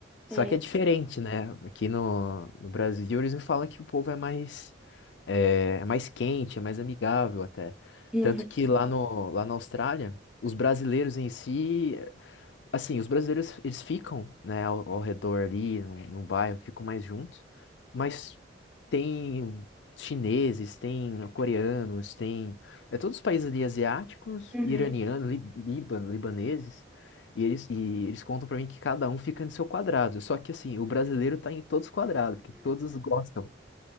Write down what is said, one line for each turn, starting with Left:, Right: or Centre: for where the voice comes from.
Left: Só
Centre: Hum,
Left: que é diferente, né? Aqui no, no Brasil eles me falam que o povo é mais, é, é mais quente, é mais amigável até.
Centre: uhum,
Left: Tanto que lá no, lá na Austrália, os brasileiros em si assim, os brasileiros, eles ficam, né, ao, ao redor ali, no, no bairro, ficam mais juntos, mas tem chineses, tem coreanos, tem, é, todos os países ali asiáticos,
Centre: uhum.
Left: iranianos, li, Líbano, libaneses, e eles, e eles contam pra mim que cada um fica no seu quadrado, só que assim, o brasileiro tá em todos os quadrados, porque todos gostam.